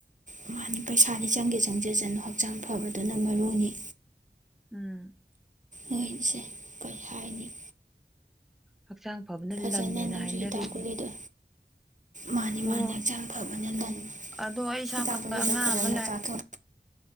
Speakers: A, on the right (about 45°); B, in the centre.
A: ꯃꯥꯅꯤ ꯄꯩꯁꯥꯗꯤ ꯆꯪꯒꯦ ꯆꯪꯖꯁꯅꯨ ꯍꯛꯆꯥꯡ ꯐꯕꯗꯨꯅ ꯃꯔꯨꯅꯤ
B: ꯎꯝ
A: ꯅꯣꯏꯁꯦ ꯀꯩ ꯍꯥꯏꯅꯤ
B: ꯍꯛꯆꯥꯡ ꯐꯕꯅ
A: ꯐꯖꯅ
B: ꯂꯟꯅꯦꯅ
A: ꯅꯪꯁꯨ
B: ꯍꯥꯏꯅꯔꯤꯅꯤ
A: ꯍꯤꯗꯥꯛ ꯒꯨꯂꯤꯗꯣ ꯃꯥꯅꯤ
B: ꯑꯣ
A: ꯃꯥꯅꯤ ꯍꯛꯆꯥꯡ ꯐꯕꯅ ꯂꯟꯅꯤ
B: ꯑꯗꯣ ꯑꯩ ꯁꯥꯀ
A: ꯍꯤꯗꯥꯛ ꯀꯨꯂꯤꯗꯣ
B: ꯑꯉꯥꯡ
A: ꯐꯖꯅ
B: ꯑꯃ
A: ꯆꯥꯊꯣꯛ